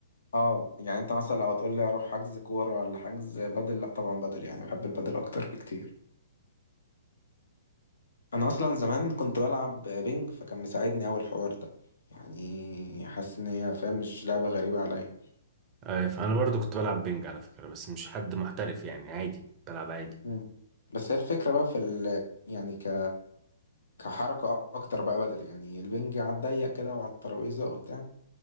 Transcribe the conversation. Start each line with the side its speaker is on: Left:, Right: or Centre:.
Left: اه يعني أنت مثلا لو هتقول لي أروح حجز كورة ولا حجز بدل لأ طبعا بدل يعني بحب البدل أكتر بكتير أنا أصلا زمان كنت بلعب بينج فكان مساعدني أوي الحوار ده يعني حاسس إن هي فاهم مش لعبة غريبة عليا
Right: آه، فانا برضو كنت بلعب بينج على فكرة بس مش حد محترف يعني عادي بلعب عادي
Left: مم. بس هي الفكرة بقى في ال... يعني ك... كحركة أكتر بقى بدل يعني البنج على الضيق كده وعلى الترابيزة وبتاع